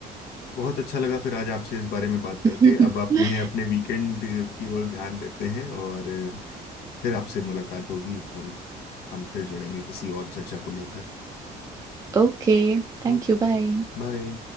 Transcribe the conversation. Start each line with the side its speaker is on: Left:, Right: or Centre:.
Left: बहुत अच्छा लगा फिर आज आपसे इस बारे में बात करके
Right: <laughs>
Left: अब आपने अपने वीकेंड की ओर ध्यान देते हैं और फिर आपसे मुलाकात होगी फोन हम फिर जुड़ेंगे किसी और चर्चा को लेकर
Right: ओके Thank
Left: ओके
Right: you बाय
Left: बाय